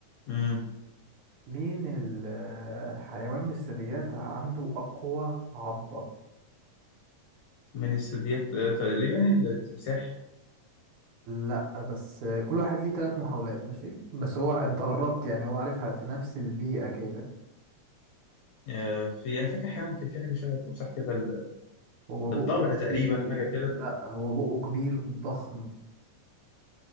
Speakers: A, on the left; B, on the right.
A: مم.
B: مين الحيوان من الثدييات عنده أقوى عضة؟
A: من الثدييات آه، تقريبا التمساح
B: لأ بس كل واحد ليه تلات محاولات ماشي بس هو أنت قربت يعني هو عارفها في نفس البيئة كده
A: آه، في انا فاكر حيوان كان في حاجة شبه التمساح كده ال-
B: هو بقه
A: الضبع تقريبا
B: كبير
A: حاجة كده
B: لأ هو بقه كبير ضخم